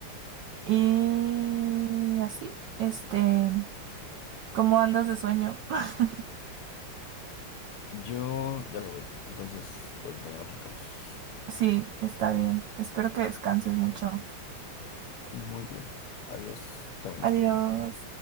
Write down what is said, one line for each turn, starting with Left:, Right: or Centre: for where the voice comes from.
Right: Y así, este, ¿cómo andas de sueño? <laughs>
Left: Yo ya me voy. Entonces, pues mañana platicamos.
Right: Sí, está bien. Espero que descanses mucho.
Left: Muy bien. Adiós. También descansa.
Right: Adiós.